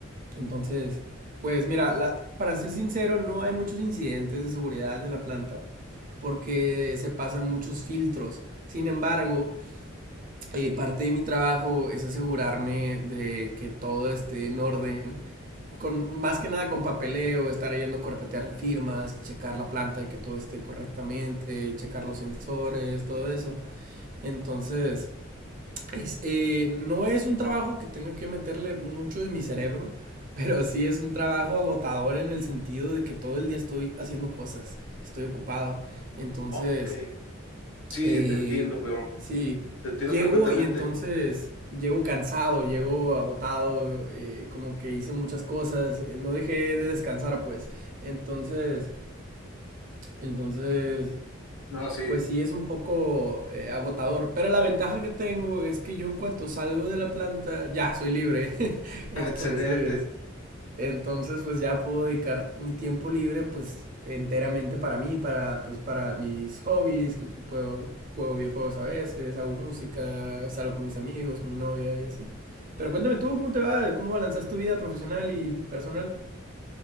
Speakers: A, on the right; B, on the left.
A: Entonces, pues mira, la- para ser sincero, no hay muchos incidentes de seguridad en la planta porque se pasan muchos filtros. Sin embargo, eh, parte de mi trabajo es asegurarme de que todo esté en orden, con, más que nada con papeleo, estar yendo a corretear firmas, checar la planta y que todo esté correctamente, checar los sensores, todo eso. Entonces, es, eh, no es un trabajo que tenga que meterle mucho de mi cerebro, <laughs> pero sí es un trabajo agotador en el sentido de que todo el día estoy haciendo cosas, estoy ocupado. Entonces,
B: Ok. Sí,
A: eh,
B: te entiendo, pero
A: sí,
B: te entiendo
A: llego
B: perfectamente.
A: y entonces llego cansado, llego agotado, eh, como que hice muchas cosas, eh, no dejé de descansar, pues. Entonces, entonces,
B: No, sí.
A: pues sí es un poco eh, agotador, pero la ventaja que tengo es que yo en cuanto salgo de la planta ya soy libre. <laughs> Entonces,
B: Ah, excelente.
A: entonces, pues ya puedo dedicar mi tiempo libre, pues enteramente para mí, para, pues, para mis hobbies, que pues puedo, juego videojuegos a veces, hago música, salgo con mis amigos, con mi novia y así. Pero cuéntame tú, ¿cómo te va? ¿Cómo balanceas tu vida profesional y personal?